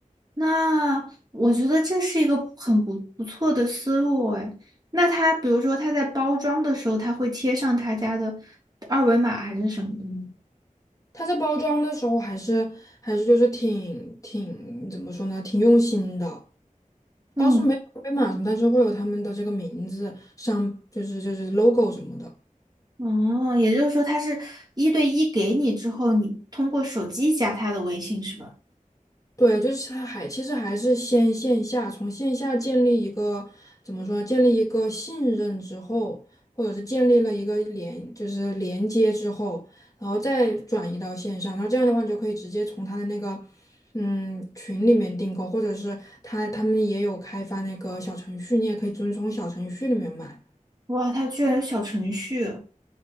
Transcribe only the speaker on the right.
那我觉得这是一个很不不错的思路哎。那他比如说他在包装的时候，他会贴上他家的二维码还是什么的吗？
嗯，
哦，也就是说他是一对一给你之后，你通过手机加他的微信是吧？
哇，他居然有小程序。